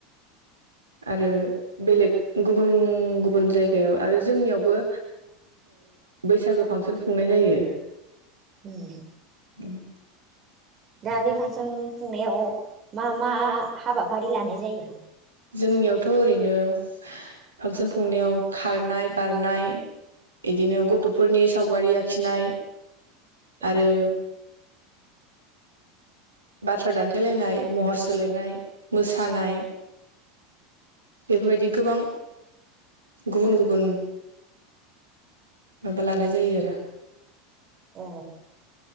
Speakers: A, on the right; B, on the right.
A: आरो बेलेग गुबुन गुबुन जायगायाव आरो जोंनियावबो बैसागो ओ फांसन खुंनाय जायो।
B: हम।
A: ओम
B: दा बे फांसन खुंनायाव मा मा हाबाफारि लानाय जायो?
A: जोंनियावथ ओरैनो फांसन खुंनायाव खारनाय बारनाय इदिनो गथ' फोरनि सावगारि आखिनाय
B: औ
A: आरो बाथ्रा दान्थेलायनाय महर सोलायनाय मोसानाय बेफोरबायदि गोबां गुबुन गुबुन माबा लानाय जायो आरो
B: औ